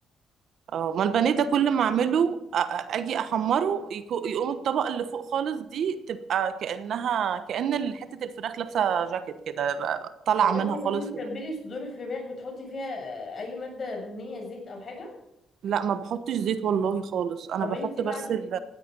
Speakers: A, on the right; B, on the left.
A: اه ما البانيه ده كل ما أعمله أ- أ- أجي أحمره يكو- يقوم الطبقة اللي فوق خالص دي تبقى كأنها كأن حتة الفراخ لابسة جاكيت كده بقى- طالعة
B: هو
A: منها
B: انت وانت
A: خالص
B: بتتبلي صدور الفراخ بتحطي فيها آه، اي ماده دهنيه زيت او حاجه
A: لا ما بحطش زيت والله خالص أنا
B: طب
A: بحط
B: انت
A: بس
B: بعد
A: ال-